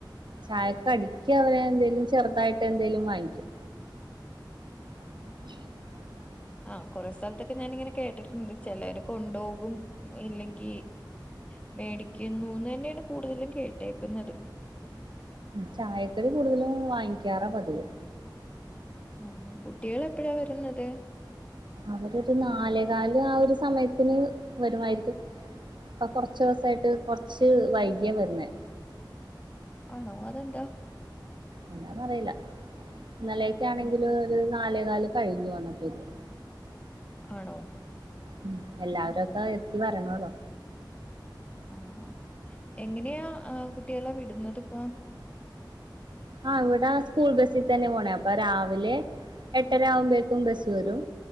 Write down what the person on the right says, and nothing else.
ചായക്കടിക്കവര് എന്തേലും ചെറുതായിട്ട് എന്തെലും വാങ്ങിക്കും <inaudible>
ചായക്കടി കൂടുതലും വാങ്ങിക്കാറാ പതിവ്
അവരൊരു നാലേകാല് ആ ഒരു സമയത്തിന് വരുമായിരിക്കും പ്പൊ കൊർച്ചുസായിട്ട് കൊർച്ച് വൈകിയ വരുന്നേ
എന്താന്നറിയില്ല ഇന്നലൊക്കാണെങ്കില്
ഒരു നാ നാലേകാല് കയ്ഞ്ഞു വന്നപ്പേക്ക്
ഉം എല്ലാവരൊക്കെ എത്തി വരണല്ലോ
ആ ഇവിടെ സ്കൂൾ ബസ്സി തന്നെ പോണെ അപ്പൊ രാവിലെ എട്ടരാകുമ്പേക്കും ബസ്സ് വെരും